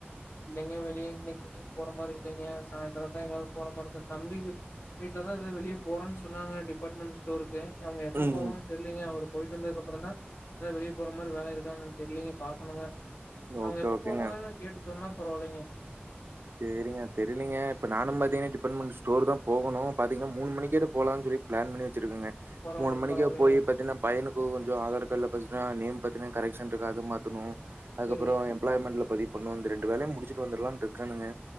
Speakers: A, on the left; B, on the right.
A: இல்லங்க வெளி இன்னைக்கு எங்கயும் போற மாரி இல்லங்கா சாயந்திரம் தா எங்கயாது போற மாரி தா தம்பிக்கு வீட்ல தா இது வெளிய போறேன்னு சொன்னாங்க டிபார்ட்மெண்ட் ஸ்டோருக்கு அவுங்க எப்ப
B: ம்.
A: போவாங்கனு தெரிலிங்க அவரு போயிட்டு வந்ததுக்க அப்றோ தா அத வெளிய போற மாரி வேலை இருக் கானு தெரிலிங்க பாக்கணுங்க அவுங்க
B: ஓகே,
A: எப்ப
B: ஓகேங்க.
A: போவாங்கனு கேட்டு சொன்னா பரவாலிங்க
B: செரிங்க தெரிலிங்க இப்ப நானு பாத்தீங்கன்னா டிபார்ட்மெண்ட் ஸ்டோர் தா போகனும் பாத்தீங்கன்னா மூணு மணிக்காட்டு போலாமுனு சொல்லி பிளான் பன்னி இருக்குங்க
A: பரவாயில்லைங்க
B: மூணு மணிக்கா
A: பரவாயில்லைங்க.
B: போய் பாத்தீங்கன்னா பையனுக்கும் கொஞ்சோ ஆதார் கார்டுல பஸ் அ நேம் பாத்தீங்கன்னா கரெகஷன் இருக்கா அது மாத்தணு அதுக்கப்றோ
A: சரிங்க.
B: எம்ப்ளாய்மெண்ட்ல பதிக் ஒன்னு இந்த ரெண்டு வேலையும் முடிச்சுட்டு வந்துரலாண்டு இருக்கானுங்க